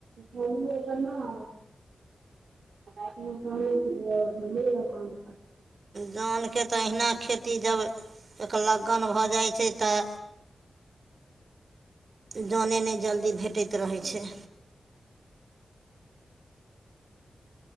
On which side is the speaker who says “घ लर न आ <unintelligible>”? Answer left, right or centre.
Right